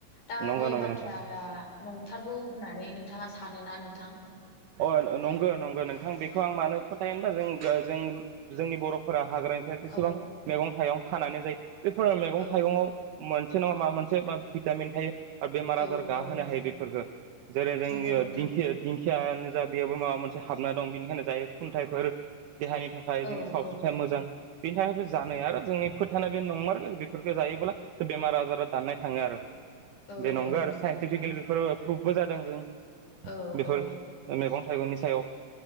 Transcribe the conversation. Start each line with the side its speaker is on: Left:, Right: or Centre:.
Left: दा
Right: नंगौ
Left: बे
Right: नंगौ
Left: बाथ्राया
Right: नोंथां
Left: नंथारगौ होननानै नोंथाङा सानो ना नोंथां?
Right: अ नंगौ नंगौ नोंथां बेखौ आं मानो फोथायो होनबा जों जों जोंनि बर'फोरा हाग्रानिफ्राय जेसेबां
Left: औ
Right: मैगं-थाइगं खानानै जायो बेफोर मैगं
Left: औ
Right: थाइगंआव मोन से नङा माबा मोनसे भिटामिन थायो बेमार-आजार
Left: औ
Right: गाहोनो
Left: औ
Right: हायो बेफोरखौ जेरै जों
Left: नंगौ नोंथां
Right: दिं खियानो जा बेयावबो माबा मोनसे हाबना दं बेनिखायनो जायो खुन्थाइफोर देहानि थाखाय
Left: औ
Right: जोंनि सावस्रिनि
Left: औ
Right: थाखाय मोजां बेनि थाखायबो जानाय आरो जोंनि फोथायनाय बे नंमारगौ बेफोरखौ जायोब्ला बेमार आजारा दाननाय थाङो आरो।
Left: औ
Right: बे नंगौ
Left: औ
Right: आरो साइन्टिफिकेलि
Left: नोंथां
Right: बेफोर प्रुभबो जादों जों।
Left: औ
Right: बेफोर
Left: औ।
Right: मैगं थाइगंनि सायाव